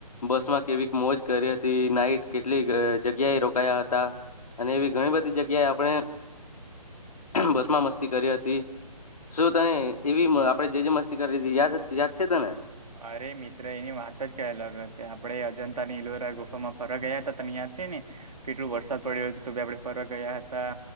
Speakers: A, on the left; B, on the right.
A: બસ માં કેવી મોજ કરી હતી. નાઈટ કેટલી જગ્યાએ રોકાયા હતા. અને એવી ઘણી બધી જગ્યાએ આપણે બસ માં મસ્તી કરી હતી. શું તને એવી આપડે જે જે મસ્તી કરી યાદ યાદ છે ત ને?
B: અરે મિત્ર એની વાત જ ક અલગ હતી. આપડે અજંતા ની ઇલોરા ગુફામાં ફરવા ગયા હતા તને યાદ છે ને.? કેટલોું વરસાદ પડી રહ્યો છે તો બી આપડે ફરક ગયા હતા?